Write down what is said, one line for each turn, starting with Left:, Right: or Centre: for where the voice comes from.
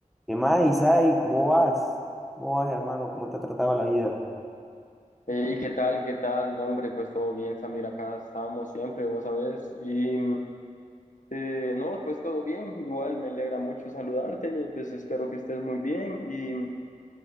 Centre: ¿Qué más, Isai? ¿Cómo vas? ¿Cómo vas, hermano? ¿Cómo te ha tratado la vida?
Left: y ¿qué tal? ¿Qué tal? No, hombre, pues todo bien, Samir, acá estamos siempre, vos sabés. Y eh, no, pues todo bien, igual me alegra mucho saludarte y pues espero que estés muy bien. Y